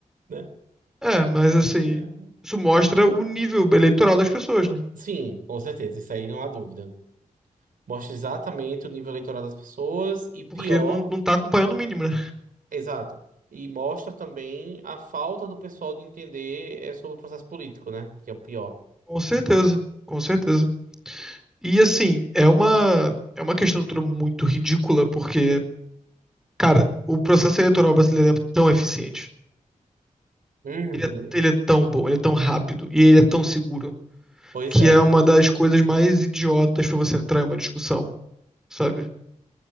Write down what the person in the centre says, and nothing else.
É, mas assim,
isso mostra o nível eleitoral das pessoas, né?
Porque não, não tá acompanhando o mínimo, né?
Com certeza, com certeza. E assim, é uma, é uma questão toda muito ridícula, porque, cara, o processo eleitoral brasileiro é tão eficiente.
Ele é, ele é tão bom, ele é tão rápido e ele é tão seguro,
que
é uma das coisas mais idiotas pra você entrar em uma discussão, sabe?